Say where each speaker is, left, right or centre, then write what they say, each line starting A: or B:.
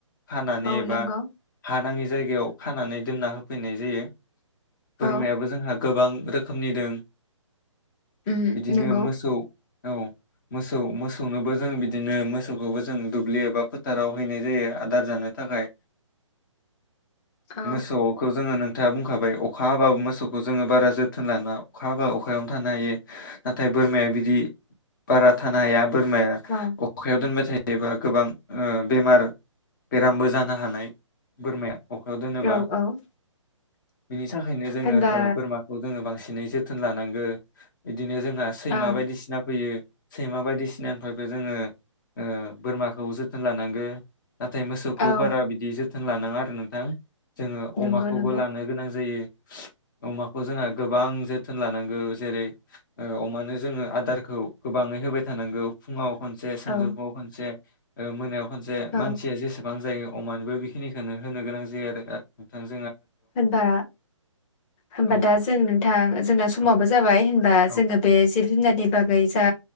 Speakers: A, on the left; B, on the left.
A: खानानै
B: औ
A: एबा
B: नंगौ
A: हानाङि जायगायाव खानानै दोनना होफैनाय जायो।
B: औ
A: बोरमायाबो जोंहा गोबां रोखोमनि दों
B: उम
A: बिदिनो
B: नंगौ
A: मोसौ औ मोसौ मोसौनोबो जों बिदिनो मोसौखौबो जों दुब्लि एबा फोथाराव हैनाय जायो आदार जानो थाखाय।
B: औ
A: मोसौखौ जोङो खोथा बुंखाबाय अखा हाबा मोसौखौ जोङो बारा जोथोन लानाङा अखा हाबा अखायावनो थानो हायो नाथाय बोरमाया बिदि बारा थानो हाया बोरमाया
B: औ
A: अखायाव दोनबा थाय एबा गोबां ओ बेमार बेरामबो जानो हानाय बोरमाया। अखायाव दोनोबा
B: औ औ ओ
A: बिनि थाखायनो जोङो
B: होनबा
A: ओ-बोरमाखौ जोङो बांसिन नै जोथोन लानांगोन बि बिदिनो जोंहा सैमा
B: ओ
A: बायदिसिना फैयो। सैमा बायदिसिनानिफ्रायबो जोङो ओ बोरमाखौ जोथोन लानांगौ। नाथाय मोसौखौ
B: औ
A: बारा बिदि जोथ थोन लानाङा आरो नों <unintelligible> जोङो अमाखौबो
B: नंगौ नंगौ
A: लानो गोनां जायो। अमाखौ जोंहा गोबां जोथोन लानांगौ जेरै ओ अमानो जोङो आदारखौ गोबाङै होबाय थानांगौ फुङाव खनसे सानजौफुआव
B: औ
A: खनसे ओ मोनायाव खनसे
B: औ
A: मानसिया जेसेबां जायो अमानोबो बेखिनिखौनो होनो गोनां <unintelligible>
B: होनबा होमबा
A: औ
B: दा जों नोंथां जोंना समाबो
A: औ
B: जाबाय बा
A: औ
B: जोङो बे जिब जुनारनि बागै जा